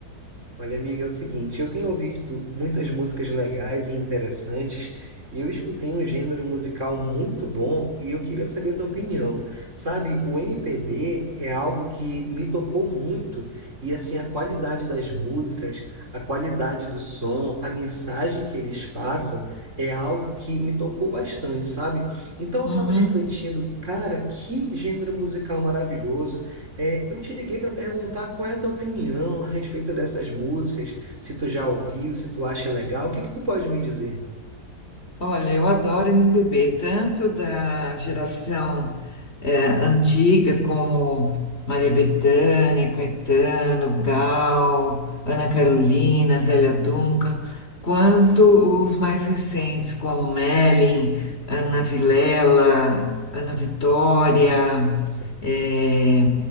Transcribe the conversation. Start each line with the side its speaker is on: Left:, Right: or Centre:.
Right: Olha, amiga, é o seguinte, eu tenho ouvido muitas músicas legais e interessantes, e eu escutei um gênero musical muito bom e eu queria saber a tua opinião. Sabe, o MPB é algo que me tocou muito, e assim, a qualidade das músicas, a qualidade do som, a mensagem que eles passam é algo que me tocou bastante, sabe? Então eu
Left: Uhum.
Right: estava refletindo, cara, que gênero musical maravilhoso. É, eu te liguei para perguntar qual é a tua opinião a respeito dessas músicas, se tu já ouviu, se tu acha legal, o que que tu pode me dizer?
Left: Olha, eu adoro MPB, tanto da geração eh, antiga, como Maria Bethânia, Caetano, Gal, Ana Carolina, Zélia Duncan, quanto os mais recentes, como Mellin, Ana Vilela, Ana Vitória,
Right: Sim.
Left: eh,